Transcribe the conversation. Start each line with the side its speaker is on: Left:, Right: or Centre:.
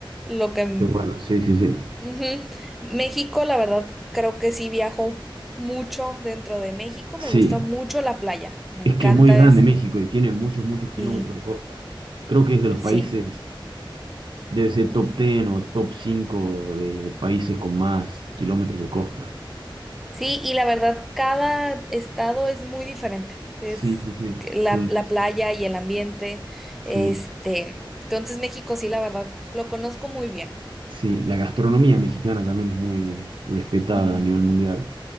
Centre: lo que
Right: Qué bueno, sí, sí, sí.
Centre: Ujú. México, la verdad, creo que sí viajo mucho dentro de México. Me
Right: Sí,
Centre: gusta mucho la playa. Me
Right: es
Centre: encanta
Right: que es muy grande
Centre: es.
Right: México y tiene muchos, muchos kilómetros
Centre: Sí,
Right: de costa. Creo que es de los
Centre: sí.
Right: países, debe ser top 10 o top 5 de países con más kilómetros de costa.
Centre: Sí, y la verdad, cada estado es muy diferente. Es
Right: Sí, sí, sí,
Centre: que la,
Right: sí,
Centre: la playa y el ambiente.
Right: sí.
Centre: Este, entonces México, sí, la verdad, lo conozco muy bien.
Right: Sí, la gastronomía mexicana también es muy respetada
Centre: Mm,
Right: a nivel mundial.